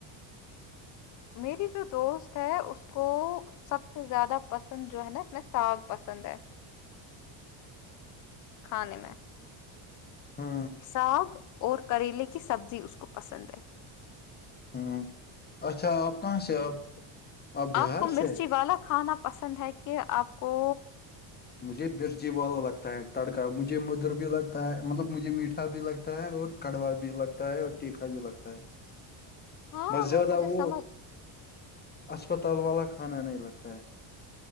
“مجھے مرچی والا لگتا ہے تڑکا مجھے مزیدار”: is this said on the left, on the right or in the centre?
Left